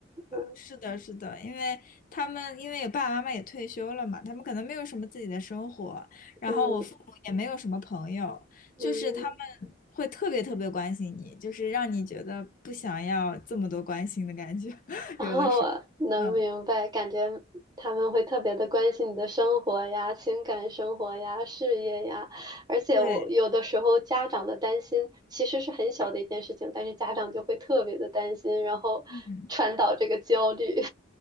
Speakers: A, on the right; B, on the left.
A: 嗯
B: 是的，是的，因为他们因为有爸爸妈妈也退休了嘛，他们可能没有什么自己的生活，然后我父母也没有什么朋友，
A: 嗯嗯。
B: 就是他们会特别特别关心你，就是让你觉得不想要这么多关心的感觉。<laughs>
A: <laughs> 然后能明白，
B: 嗯，
A: 感觉他们会特别的关心你的生活呀、情感生活呀、事业呀，而且我有的时候家长的担心其实是很小的一件事情，
B: 对，
A: 但是家长就会特别的担心，然后传导这个焦虑。
B: 嗯。